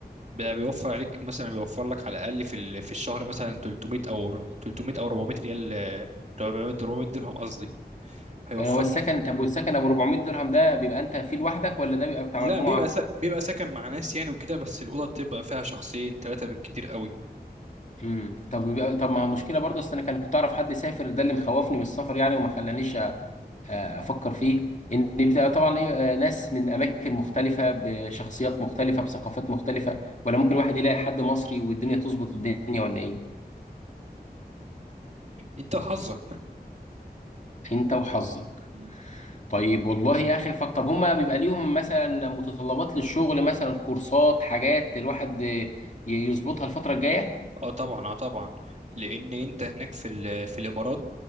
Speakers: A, on the right; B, on the left.
A: بقى بيوفر عليك مثلا بيوفر لك على الاقل في ال... في الشهر مثلا 300 او 300 او 400 ريال 400 400 درهم قصدي هيوفر
B: يعني هو السكن طب والسكن أبو 400 درهم ده بيبقى أنت فيه لوحدك ولا ده بيبقى بتاع
A: لا
B: مجموعة؟
A: بيبقى سا... بيبقى ساكن مع ناس يعني وكده بس الأوضة بتبقى فيها شخصين ثلاثة بالكتير قوي
B: امم طب بيبقى... طب ما هو مشكلة برضه أصل أنا كان كنت أعرف حد يسافر ده اللي مخوفني من السفر يعني وما خلانيش آه، افكر فيه ان بتبقى طبعا ايه آه، ناس من اماكن مختلفه بشخصيات مختلفه بثقافات مختلفه ولا ممكن واحد يلاقي حد مصري والدنيا تظبط الدنيا ولا ايه
A: انت وحظك
B: انت وحظك
A: مم.
B: طيب والله يا اخي فك طب هما بيبقى ليهم مثلا متطلبات للشغل مثلا كورسات حاجات الواحد آه، ي- يظبطها الفتره الجايه
A: اه طبعا اه طبعا لان انت هناك في ال... في الامارات